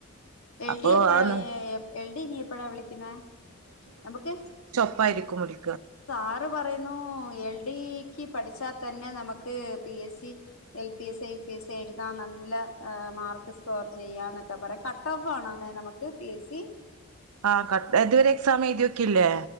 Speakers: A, on the left; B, on the right.
A: എൽ
B: അപ്പൊ
A: ഡി എ എപ്പഴാ
B: അതൊന്ന്
A: എ എ എൽ ഡി ഇനി എപ്പഴാ വിളിക്കുന്നെ നമുക്ക്
B: പ്പായിരിക്കും വിള്
A: സാറ് പറയുന്നു എൽ ഡിക്ക് പഠിച്ചാ തന്നെ നമക്ക് P S C L P S A U P S A എഴുതാൻ നല്ല മാർക്ക് സ്കോർ ചെയ്യാന്നൊക്കെ പറയും കട്ട് ഓഫ് ആണോന്നെ നമുക്ക് പി എസ് സി
B: ആ ക ഇതുവരെ എക്സാം എഴുതിയോക്കിലെ